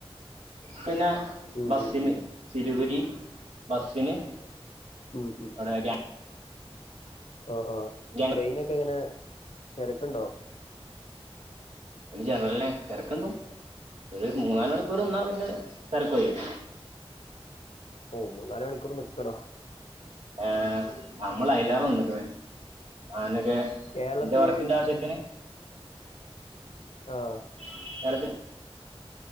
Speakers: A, on the right (about 85°); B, on the left (about 75°).
A: പിന്നെ
B: ഉം
A: ബസിന്
B: ഉം ഉം
A: സിരഗിരി ബസിന്
B: ഉം ഉം
A: <unintelligible>
B: ആഹ്
A: ഗാ-
B: ട്രെയിനൊക്കെ എങ്ങനെ തിരക്ക്ണ്ടോ
A: ജനറല് തിരക്ക് ഉണ്ട് ഒരു മൂന്നാല് മണിക്കൂർ നിന്നാ പിന്നെ തിരക്ക് ഒഴിയും
B: മൂന്ന് നാല് മണിക്കൂർ നിക്കണോ
A: ഏഹ് നമ്മൾ അയലാറ നിന്നിക്കണ് ഞാനൊക്കെ
B: കേരളത്തില്
A: എന്റെ വർക്കിന്റെ ആവശ്യത്തിന്
B: ആഹ്
A: <unintelligible>